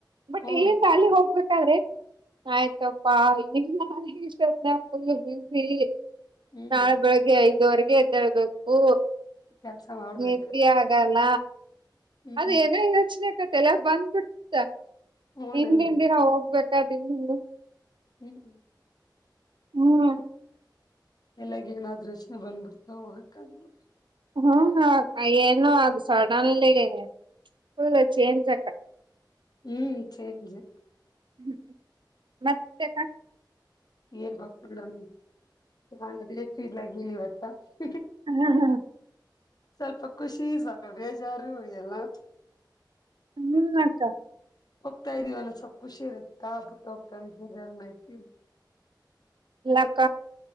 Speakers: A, on the right; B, on the left.
A: ಬಟ್
B: ಹ್ಮ್
A: ಇಲ್ಲಿಂದ ಅಲ ಹೋಗ್ಬೇಕು. ಆಯ್ತಪ್ಪಾ ಇ ಇಷ್ಟತ್ನ ಫುಲ್ ಬಿಸಿ.
B: ಹ್ಮ್
A: ನಾಳೆ ಬೆಳಗ್ಗೆ ಐದುವರೆಗೆ ಎದ್ದಳ್ಬೇಕು.
B: ಕೆಲ್ಸ ಮಾಡ್ಬೇಕು
A: ನಿದಿ ಆಗಲ್ಲ.
B: ಹ್ಮ್
A: ಅದ ಎಂಗ್ರ ಯೋಚನೆಕತ್ತ ಎಲ್ಲ ಬಂದ್ಬಿಡ್ತ.
B: ಹೂನಮ್ಮಿ
A: ಹಿಂದಿನ ದಿನ ಹೋಗ್ಬೇಕದನ್ನು.
B: ಹ್ಮ್.
A: ಹ್ಮ್.
B: ಎಲ್ಲಗ ಏನಾದ್ರೂಷನೆ ಬಂದ್ಬಿಡ್ತಾ ಹೋಗಕ್ಕಾಗಲ್ಲ.
A: ಹ್ಮ ಏನು ಅದು ಸಡನ್ಲಿ. ಹೂ ಚೈನ್ ತಕ್ಕ.
B: ಹ್ಮ್. <unintelligible>
A: ಹ್ಮ್ ಮತ್ತೆ.
B: ಡ್ ನದೀರ್ ನೀವತ್ರ. <unintelligible>
A: ಹಾ ಹಾ.
B: ಸ್ವಲ್ಪ ಖುಷಿ ಸ್ವಲ್ಪ ಬೇಜಾರು ಎಲ್ಲಾ.
A: ಹ್ಮ್. <inaudible>
B: ಹೋಗ್ತಾ ಇದಿವವಂದ ಸ್ವಲ್ಪ ಖುಷಿ ಇರುತ್ತಾ ಬುಟ್ಟ ಹೋಗ್ತ ಅ ಮೈತಿ.
A: ಯಾಕ